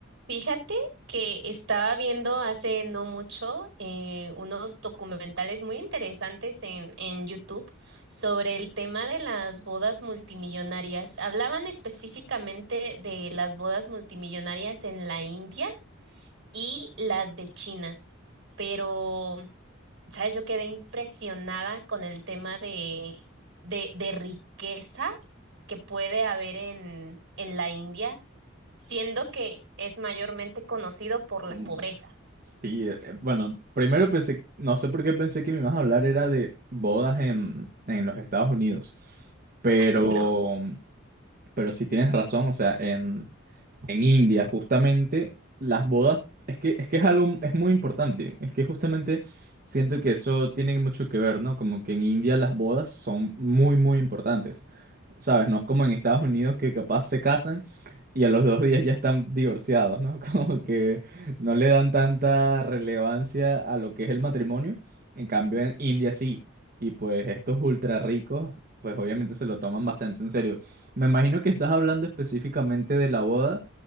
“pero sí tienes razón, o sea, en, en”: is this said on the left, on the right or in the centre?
Right